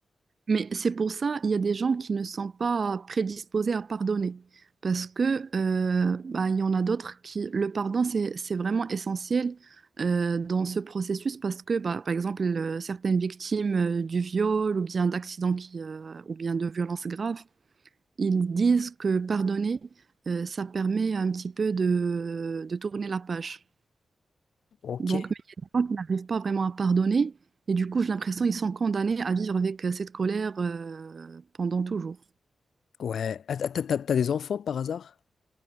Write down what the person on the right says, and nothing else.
Mais c'est pour ça, il y a des gens qui ne sont pas prédisposés à pardonner. Parce que, euh, bah, il y en a d'autres qui, le pardon, c'est, c'est vraiment essentiel euh, dans ce processus parce que, bah, par exemple, euh, certaines victimes euh, du viol ou bien d'accidents qui, euh, ou bien de violences graves, ils disent que pardonner, euh, ça permet un petit peu de, de tourner la page.
Donc, mais il y a des gens qui n'arrivent pas vraiment à pardonner et du coup, j'ai l'impression qu'ils sont condamnés à vivre avec euh, cette colère euh, pendant toujours.